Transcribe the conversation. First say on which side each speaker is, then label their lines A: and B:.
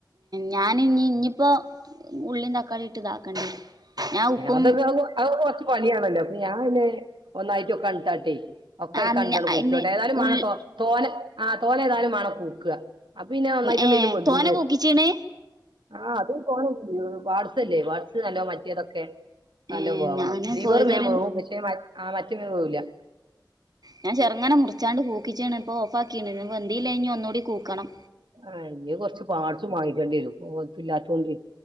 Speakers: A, on the right; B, on the right.
A: ഞാൻ ഇനി ഇനീപ്പോ ഉള്ളിയും തക്കാളിയും ഇട്ട് ഇതാക്കണ്ടി വരും ഞാൻ ഉപ്പും
B: അതൊക്കെ അത് കൊറച്ച് പണിയാണല്ലോ അപ്പൊ ഞാൻ പിന്നെ ഒന്നായിട്ട് <unintelligible> ഒക്കെ ആയിക്കാണ്ട്
A: അന്ന്
B: ആണ്
A: അയിന്
B: കൂക്കുക ഏതായാലും മാണം
A: ഉള്ളി
B: തോനെ ആഹ് തോനെ ഏതായാലും വേണം കൂക്കുക അപ്പോ ഇനി ഒന്നായിട്ടൊണ്ടെങ്കിലും
A: ഏ
B: <unintelligible>
A: തോന കൂക്കിച്ചീണ്
B: ആഹ് അത് പൊ വാട്സ്സല്ലെ വാട്സ് നല്ലതാ മറ്റേതൊക്കെ നല്ലോ
A: ഏ
B: വേവണം
A: ഞാന്
B: ലിവറ്
A: കോഴിക്കറി
B: വേഗം വേവും പക്ഷേ മ ആ മറ്റേത് വേവൂല്ല
A: ഞാൻ ചെറുങ്ങനെ മുറിച്ചാണ്ട് കൂക്കിച്ചിണ് ഇപ്പൊ ഓഫിക്കീണ് ഇനി വെന്തീലെ ഇനി ഒന്നൂടെ കൂക്കണം
B: ആഹ് ഇനിയും കൊറച്ച് പാട്സും വാങ്ങിക്കേണ്ടി വരും ഓൾക്ക് ഇല്ലാത്തോണ്ടെ